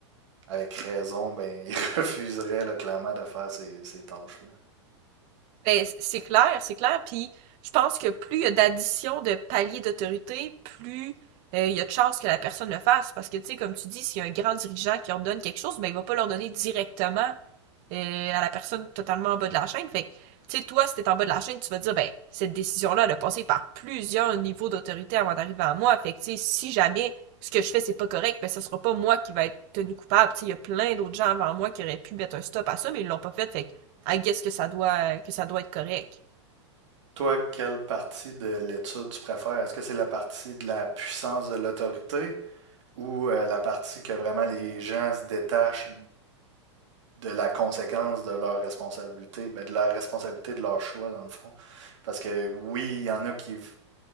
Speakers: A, on the right; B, on the right.
A: avec raison, ben il <laughs> refuserait là, clairement de faire ces, ces tâches-là.
B: Ben, c'est clair, c'est clair. Puis je pense que plus il y a d'addition de paliers d'autorité, plus euh, il y a de chances que la personne le fasse. Parce que, tu sais, comme tu dis, s'il y a un grand dirigeant qui ordonne quelque chose, ben, il va pas l'ordonner directement euh, à la personne totalement en bas de la chaîne. Fait que, tu sais, toi, si t'es en bas de la chaîne, tu vas dire, ben, cette décision-là, elle a passé par plusieurs niveaux d'autorité avant d'arriver à moi. Fait que, tu sais, si jamais ce que je fais, c'est pas correct, ben, ça sera pas moi qui va être tenu coupable. Tu sais, il y a plein d'autres gens avant moi qui auraient pu mettre un stop à ça, mais ils l'ont pas fait. Fait que, I guess que ça doit, que ça doit être correct.
A: Toi, quelle partie de l'étude tu préfères? Est-ce que c'est la partie de la puissance de l'autorité ou euh, la partie que vraiment les gens se détachent de la conséquence de leur responsabilité, ben, de la responsabilité de leur choix, dans le fond? Parce que oui, il y en a qui